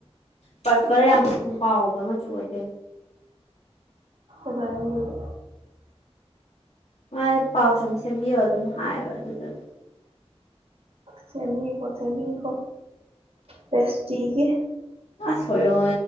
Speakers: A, on the left; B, on the right.
A: ꯄꯔꯄꯜ ꯌꯥꯝ ꯁ ꯀꯥꯎꯕ ꯃꯆꯨ ꯑꯣꯏꯗꯣꯏ
B: ꯑꯥꯡꯗꯤ
A: ꯃꯥ ꯄꯥꯎ ꯆꯨꯝ ꯁꯦꯝꯕꯤꯌꯣ ꯑꯗꯨꯝ ꯍꯥꯏꯌꯦꯕ ꯑꯗꯨꯗꯨꯅꯦ
B: ꯁꯦꯃꯤꯀꯣ ꯁꯦꯃꯤꯀꯣ ꯁ ꯊꯒꯦ
A: ꯑꯁꯣꯏꯔꯣ